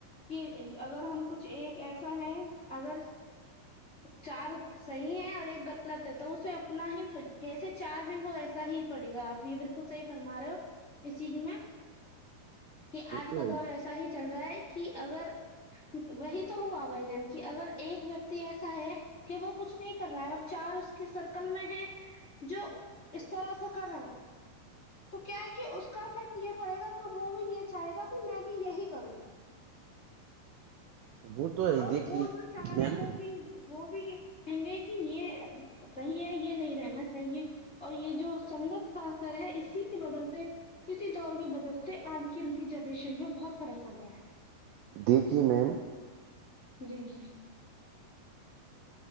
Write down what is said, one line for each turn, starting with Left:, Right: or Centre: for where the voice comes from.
Left: کہ اگر ہم کچھ ایک ایسا ہے اگر چار صحیح ہے اور ایک غلط ہے تو اسے اپنا ہی جیسے چار ہیں وہ ایسا ہی پڑے گا آپ یہ بالکل ک صحی فرما رہے ہو اس چیز میں کہ
Right: وہ
Left: آج
Right: تو
Left: کا
Right: ہے
Left: دور ایسا ہی چل رہا ہے کہ اگر وہی تو ہوا بھائی جان کی اگر ایک ویکتی ایسا ہے کہ وہ کچھ نہیں کر رہا ہے اور چار اس کی سرکل میں ہے جو اس طرح سے کریں تو کیا ہے کہ اس کا افیکٹ یہ پڑے گا کہ وہ بھی یہ چاہے گا کہ میں بھی یہی کروں
Right: وہ تو ہے ہی۔
Left: ا
Right: دیکھیے
Left: وہ جو چار
Right: میم
Left: ہے وہ بھی وہ بھی یہ کہیں گے کہ یہ صحیح ہے یہ نہیں رہنا چاہیے اور یہ جو سنگت کا اثر ہے اسی کے بدل پہ اسی دور کے بدلتے آج ک کی جنریشن میں بہت فرق پڑ رہا ہے
Right: دیکھیے میم
Left: جی جی